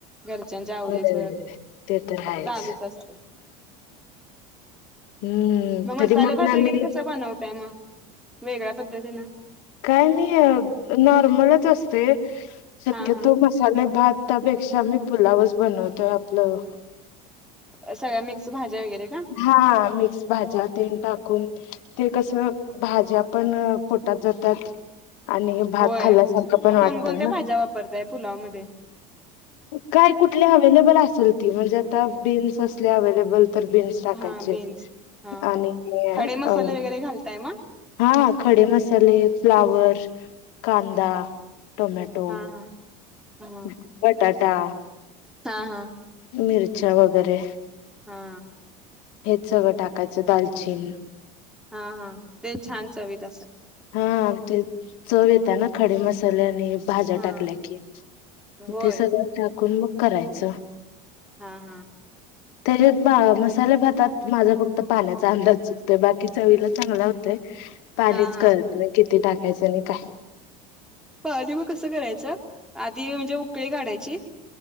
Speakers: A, in the centre; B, on the left.
A: घरच्यांच्या आवडीच,
B: होय ते तर आहेच
A: चालूच असत.
B: हम्म
A: मग
B: तरी
A: मसाले भात
B: आम्ही
A: वगैरे कसा बनवताय म वेगळ्या पद्धतीन
B: काय नाही नॉर्मलच असतय. शक्यतो
A: हा हा
B: मसाले भात त्यापेक्षा आम्ही पुलावच बनवतोय ह <unintelligible>
A: सगळ्या मिक्स भाज्या वगैरे का
B: हा मिक्स भाज्या तेन टाकून. ते कसं भाज्या पण पोटात जातात. आणि भात
A: होय
B: खाल्ल्यासारखं पण
A: मग
B: वाटत
A: कोणकोणत्या
B: ना
A: भाज्या वापरताय पुलाव मध्ये
B: काय कुठले अवेलेबल अस सुलतीवरर जात त बीन अवेलेबल टाकायचे
A: हा बीन्स हा
B: आणि
A: हा खडे मसाले
B: अ
A: वगैरे घालताय म
B: हा खडे मसाले फ्लावर कांदा टोमॅटो
A: हा हा हा
B: कात ता
A: हा हा
B: मिरच्या वगैरे
A: हा
B: हेच सगळं टाकायचं दालचीन
A: हा हा ते छान चविध अस
B: हा ते चव येत आहे ना खडे मसाल्याने भाज्या
A: हा
B: टाकल्या की
A: होय
B: ते सगळं टाकून मग करायचं
A: हा हा
B: त्याच्यात मसाले भातात माझा फक्त पाण्याचा अंदाज चुकतोय बाकी चवीला चांगला होतय पाणीच
A: हा हा
B: कळत नाही किती टाकयाचं काहीच नाही काय
A: प मग कसं करायचं आधी म्हणजे उकळी काढायची